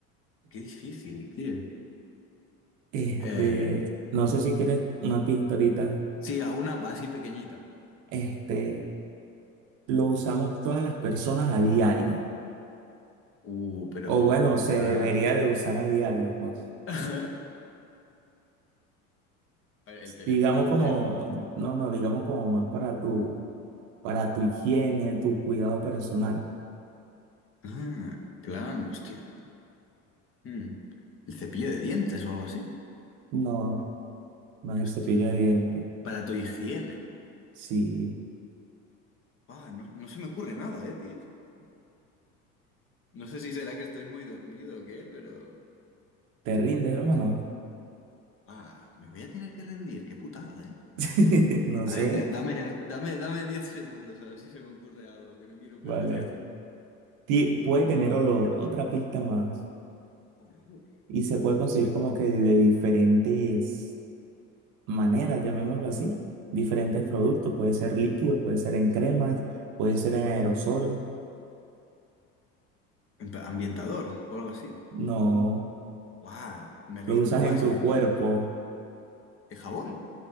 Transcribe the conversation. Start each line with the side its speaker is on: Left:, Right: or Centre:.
Left: Qué difícil, tío.
Right: Este,
Left: Eh,
Right: no sé si quieres una pista ahorita.
Left: sí, a una así pequeñita.
Right: Este, lo usamos todas las personas a diario.
Left: Uh, pero
Right: O bueno,
Left: en
Right: se
Left: plan...
Right: debería de usar a diario, pues.
Left: <laughs> A ver, El teléfono
Right: Digamos
Left: no
Right: como,
Left: es, ¿no?
Right: no, no, digamos como más para tú. para tu higiene, tu cuidado personal.
Left: Ah, plan, hostia. Mm. El cepillo de dientes o algo así.
Right: No, no es el
Left: Hostia.
Right: cepillo de dientes.
Left: Para tu higiene.
Right: Si
Left: Ah, no, no se me ocurre nada, eh, tío. No sé si será que estoy muy dormido o qué, pero...
Right: te rinde, hermano,
Left: Ah, me voy a tener que rendir, qué putada, eh.
Right: <laughs> no
Left: A
Right: sé,
Left: ver, de- dame, dame, dame 10 segundos a ver si se me ocurre algo que no quiero
Right: vale.
Left: perder.
Right: Ti- puede tener olor, otra pista más.
Left: Hombre, hombre.
Right: Y se puede conseguir como que de diferentes maneras, llamémoslo así. Diferentes productos, puede ser líquido, puede ser en cremas, puede ser en aerosol.
Left: En plan, Ambientador o algo así.
Right: No,
Left: Guau, me
Right: lo
Left: rindo,
Right: usas en
Left: va,
Right: tu
Left: es que...
Right: cuerpo.
Left: ¿El jabón?